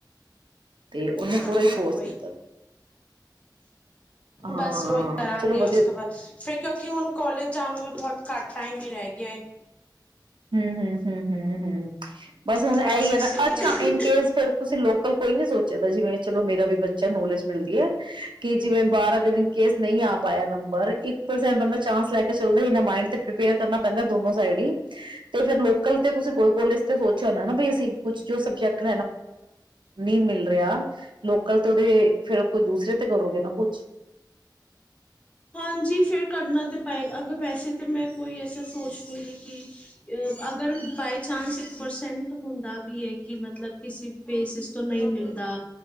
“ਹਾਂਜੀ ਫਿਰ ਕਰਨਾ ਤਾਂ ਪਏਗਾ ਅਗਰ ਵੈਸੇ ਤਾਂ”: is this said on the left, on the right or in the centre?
Left